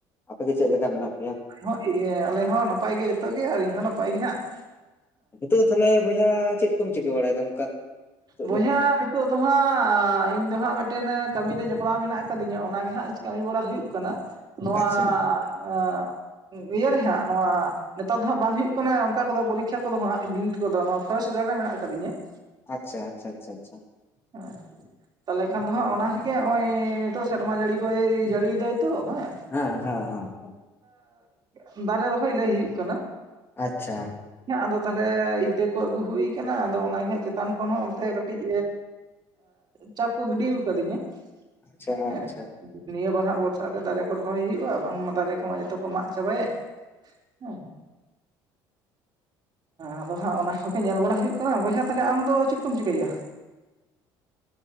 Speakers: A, on the left (about 25°); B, on the right (about 45°).
A: ᱟᱯᱮ ᱜᱮ ᱪᱮᱜ ᱞᱮᱠᱟ ᱢᱮᱱᱟᱜ ᱯᱮᱭᱟ?
B: ᱚ ᱤᱭᱟᱹ ᱟᱞᱮ ᱦᱚ ᱱᱟᱯᱟᱭ ᱜᱮ ᱡᱚᱛᱚ ᱜᱮ ᱟᱨ ᱤᱧᱦᱚᱸ ᱱᱟᱯᱟᱭ ᱜᱮ ᱦᱟᱸᱜ ᱾
A: ᱱᱤᱛᱳᱜ ᱫᱚ ᱛᱟᱞᱦᱮ ᱵᱚᱭᱦᱟ ᱪᱮᱫ ᱠᱚᱢ ᱪᱤᱠᱟᱹ ᱵᱟᱲᱟᱭᱮᱫᱟ ᱚᱱᱠᱟ? ᱱᱤᱛᱚᱜ
B: ᱵᱚᱭᱦᱟ
A: ᱫᱚ?
B: ᱱᱤ ᱛᱳᱜ ᱫᱚ ᱦᱟᱸᱜ ᱤᱧ ᱫᱚ ᱦᱟᱸᱜ ᱢᱤᱫᱴᱮᱱ ᱠᱟᱹᱢᱤ ᱨᱮ ᱡᱚᱯᱲᱟᱣ ᱢᱮᱱᱟᱜ ᱟᱠᱟᱫᱤᱧᱟ ᱚᱱᱟᱜᱮ ᱦᱟᱸᱜ ᱠᱟᱹᱢᱤ ᱵᱟᱲᱟ ᱦᱩᱭᱩᱜ ᱠᱟᱱᱟ ᱾ ᱱᱚᱣᱟ
A: ᱟᱪᱪᱷᱟ
B: ᱟᱸᱜ ᱵᱤᱨ-ᱨ ᱦᱟᱸᱜ ᱱᱚᱣᱟ-ᱟᱸ ᱱᱮᱛᱟᱨ ᱫᱚ ᱦᱟᱸᱜ ᱵᱟᱝ ᱦᱳᱭᱳᱜ ᱠᱟᱱᱟ ᱚᱱᱠᱟ ᱠᱚᱫᱚ ᱯᱚᱨᱤᱠᱠᱷᱟ ᱠᱚᱫᱚ ᱦᱟᱜ ᱵᱤᱱᱤᱴ ᱠᱚᱫᱚ ᱱᱚᱣᱟ ᱯᱷᱚᱨᱮᱥᱴ ᱜᱟᱨᱰ ᱨᱮ ᱢᱮᱱᱟᱜ ᱟᱠᱟᱫᱤᱧᱟ ᱾
A: ᱟᱪ-ᱪᱷᱟ ᱼᱟᱪᱷᱟ -ᱪᱷᱟ -ᱪᱷᱟ ᱾
B: ᱟ ᱛᱟᱞᱦᱮ ᱠᱷᱟᱱ ᱫᱚ ᱦᱟᱸᱜ ᱚᱱᱟ ᱠᱮᱜᱮ ᱱᱚᱜ-ᱚᱭ ᱱᱤᱛᱚᱜ ᱥᱮᱨᱢᱟ ᱡᱟᱹᱲᱤ ᱠᱚᱭ ᱡᱟᱹᱲᱤᱭᱫᱟᱭ ᱛᱚ ᱦᱮᱸ
A: ᱦᱮᱸ -ᱦᱮᱸ -ᱦᱚᱸ ᱾
B: ᱮᱸᱻᱜ ᱫᱟᱨᱮ ᱨᱚᱦᱚᱭ ᱞᱟᱹᱭ ᱦᱩᱭᱩᱜ ᱠᱟᱱᱟ ᱾
A: ᱟᱪ-ᱪᱷᱟ ᱾
B: ᱦᱮᱸ ᱟᱫᱚ ᱛᱟᱞᱦᱮᱮ ᱤᱛᱟᱹ ᱠᱚ ᱟᱹᱜᱩ ᱦᱩᱭ ᱠᱟᱱᱟ ᱟᱫᱚ ᱚᱱᱟᱜᱮ ᱦᱟᱸᱜ ᱪᱮᱫ ᱪᱮᱛᱟᱱ ᱠᱷᱚᱱ ᱦᱚᱸ ᱚᱱᱛᱮ ᱠᱟᱹᱴᱤᱡ ᱪᱟᱯ ᱠᱚ ᱜᱤᱰᱤᱭ ᱟᱠᱟᱫᱤᱧᱟ
A: ᱟᱪᱪᱷᱟ
B: ᱦᱮᱸᱜ
A: ᱟᱪᱪᱷᱟ
B: ᱱᱤᱭᱟᱹ ᱵᱟᱨᱦᱟᱸᱜ ᱵᱚᱨᱥᱟ ᱫᱟᱨᱮ ᱠᱚ ᱨᱚᱦᱚᱭ ᱦᱳᱭᱳᱜᱼᱟ, ᱵᱟᱝᱢᱟ ᱫᱟᱨᱮ ᱠᱚᱢᱟ ᱡᱚᱛᱚ ᱠᱚ ᱢᱟᱜ ᱪᱟᱵᱟᱭᱮᱫ, ᱦᱮᱸ ᱾ ᱟᱫᱚ ᱦᱟᱸᱜ ᱚᱱᱟ ᱠᱚᱜᱮ ᱧᱮᱞ ᱵᱟᱲᱟ ᱦᱩᱭᱳᱜ ᱠᱟᱱᱟ ᱾ ᱵᱚᱭᱦᱟ ᱛᱟᱞᱦᱮ ᱟᱢ ᱫᱚ ᱪᱮᱫ ᱠᱚᱢ ᱪᱤᱠᱟᱹᱭᱮᱜ-ᱟ?